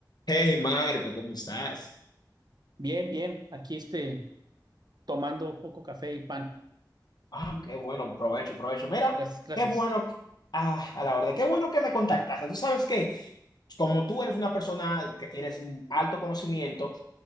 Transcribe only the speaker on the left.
Hey Marco, ¿cómo estás?
Ah, qué bueno, provecho, provecho. Mira,
qué bueno, ah, a la orden, qué bueno que me contactaste. Tú sabes que, como tú eres una persona que tienes un alto conocimiento,